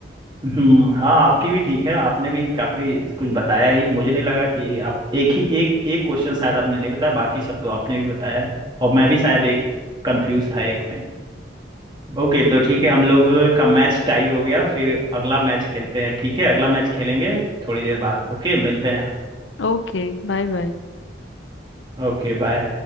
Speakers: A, on the right; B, on the left.
A: हम्म हाँ आपकी भी ठीक है आपने भी काफी कुछ बताया ही मुझे नहीं लगा कि आप एक ही एक एक क्वेश्चन शायद आपने नहीं बताया बाकी सब तो आपने भी बताया है और मैं भी शायद एक कंफ्यूज था एक में ओके तो ठीक है हम लोग का मैच टाई हो गया फिर अगला मैच खेलते हैं ठीक है अगला मैच खेलेंगे थोड़ी देर बाद ओके मिलते हैं
B: Okay bye bye
A: Okay bye